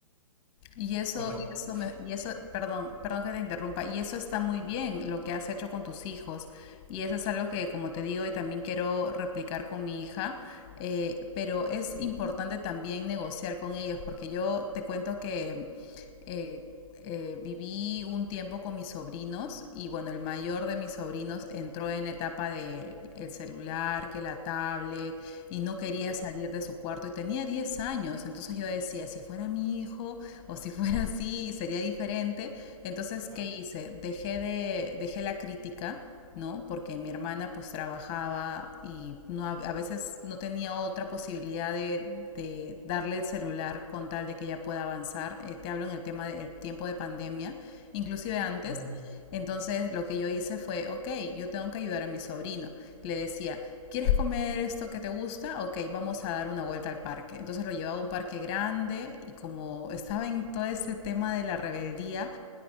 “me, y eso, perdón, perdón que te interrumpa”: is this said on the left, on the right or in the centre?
Left